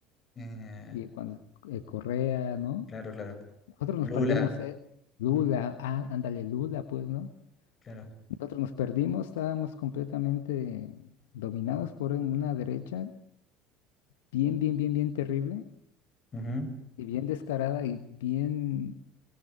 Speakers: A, on the left (about 35°); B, on the left (about 75°).
A: Eh,
B: Y cuando eh, Correa, ¿no?
A: claro, claro.
B: Nosotros
A: Lula.
B: nos perdimos, eh, Lula,
A: mm,
B: ah, ándale, Lula, pues, ¿no?
A: claro.
B: Nosotros nos perdimos, estábamos completamente dominados por una derecha bien, bien, bien, bien terrible
A: Ujú,
B: y bien descarada y bien